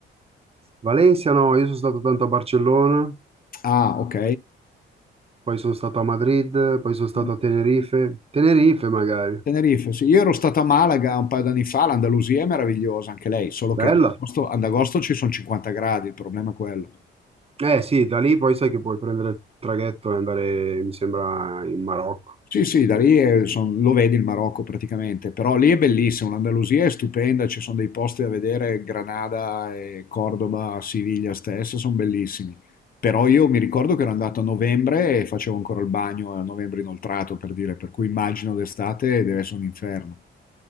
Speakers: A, on the right; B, on the left.
A: Valencia no, io sono stato tanto a Barcellona,
B: Ah, ok.
A: poi sono stato a Madrid, poi sono stato
B: Mm,
A: a Tenerife. Tenerife magari,
B: Tenerife, sì. Io ero stato a Malaga un paio d'anni fa, l'Andalusia è meravigliosa anche lei, solo
A: bella.
B: che ad agosto, ad agosto ci sono 50 gradi, il problema è quello.
A: Eh sì, da lì poi sai che puoi prendere il traghetto e andare, mi sembra, in Marocco.
B: Sì, sì, da lì è- son- lo vedi il Marocco praticamente, però lì è bellissimo, l'Andalusia è stupenda, ci sono dei posti da vedere, Granada e Cordoba, Siviglia stessa, sono bellissimi. Però io mi ricordo che ero andato a novembre e facevo ancora il bagno a novembre inoltrato, per dire, per cui immagino d'estate deve essere un inferno.